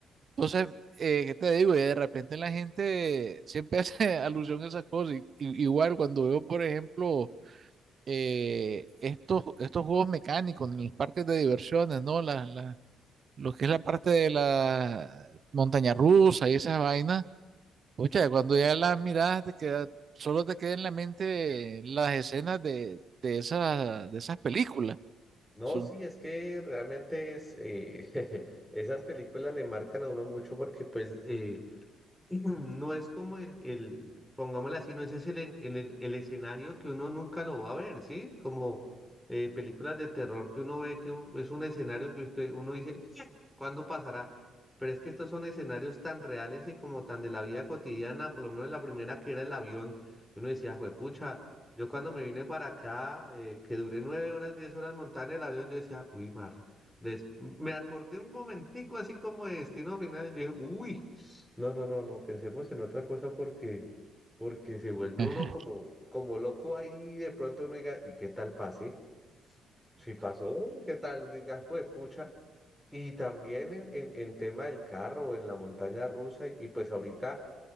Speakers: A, on the right; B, in the centre.
A: Entonces, eh, ¿qué te digo? Y de repente la gente siempre <laughs> hace alusión a esas cosas. Y- y- igual cuando veo, por ejemplo, eh, estos, estos juegos mecánicos en los parques de diversiones, ¿no? Las, las- lo que es la parte de la montaña rusa y esas vainas, pucha, cuando ya las miradas te queda, solo te quedan en la mente las escenas de, de esas, de esas películas.
B: No,
A: Son...
B: sí, es que realmente es, eh, <laughs> esas películas le marcan a uno mucho porque pues... eh, <clears throat> No es como el, el, pongámosle así, no ese es el, en- el, el- el escenario que uno nunca lo va a ver, ¿sí? Como eh, películas de terror que uno ve que un- es un escenario que usted, uno dice, <clears throat> <sniffs> ¿cuándo pasará? Pero es que estos son escenarios tan reales y como tan de la vida cotidiana, por lo menos la primera que era el avión, uno decía, juepucha, yo cuando me vine para acá, eh, que duré nueve horas, diez horas montada en el avión, yo decía, uy, mar, des- me acordé un momentico así como de destino final y yo dije, uy. No, no, no, no, pensemos en otra cosa porque, porque se vuelve
A: <laughs>
B: uno como, como loco ahí de pronto uno diga, ¿y qué tal pase? Si pasó, ¿qué tal? Diga, fue pucha. Y también en, en, en tema del carro, en la montaña rusa, y pues ahorita,